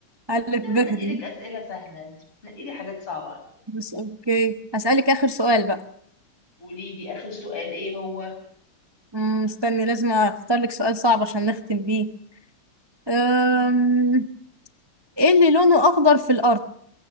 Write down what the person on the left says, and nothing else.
شفتي انا
بنقي لك اسئله سهله انت بتنقي لي حاجات صعبه على فكره
قولي لي اخر سؤال ايه هو